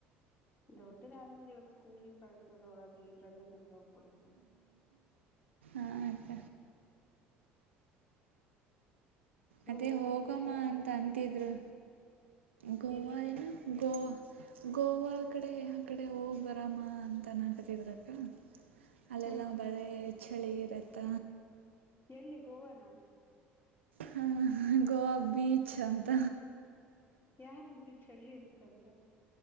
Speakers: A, on the left; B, on the right.
A: ದೊಡ್ಡದತ್ ದ ಕೂಲಿ ಕಳ್ಸೋದು ಅದು ಇದ್ರಲ್ಲೇ ಮುಗ್ದೋಗ್ಬಿಡುತ್ತೆ
B: ಅಯತ ಅದೇ
A: ಹೋಗಂಗಿದ್ರೆ
B: ಹೋಗಮ್ಮ
A: ಇವಾಗ
B: ಅಂತ ಅಂತಿದ್ರು ಗೋವಾ
A: ಎಲ್ಲಿಗೆ
B: ನಾ ಗೋವಾ ಗೋವಾ ಕಡೆ ಆ ಕಡೆ ಹೋಗಿ ಬರಾಮ ಅಂತ ನಾಗತ್ತರ್ದಕ್ಕ ಅಲ್ಲೆಲ್ಲಾ
A: ಹ್ಮ್ ಹ್ಮ್
B: ಬರ
A: ಹ್ಮ್
B: ಚಳಿ ಇರತ್ತ
A: ಎಲ್ಲಿ ಗೋವಾನ
B: ಹ ಗೋವಾ ಬೀಚ್ ಅಂತ
A: ಯಾರಂದ್ರೆ ಚಳಿ ಇಂತಂತ